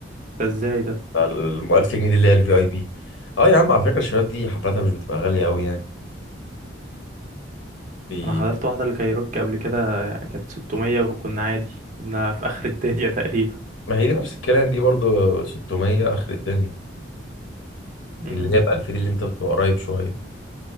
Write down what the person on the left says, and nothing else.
ال 1000 جنيه دي اللي هي الفي اي بي اه يا عم على فكرة الشباب دي حفلاتها مش بتبقى غالية قوي يعني بي...
ما هي دي نفس الكلام دي برضو 600 اخر الدنيا
اللي هي ب 1000 دي اللي انت بتبقى قريب شوية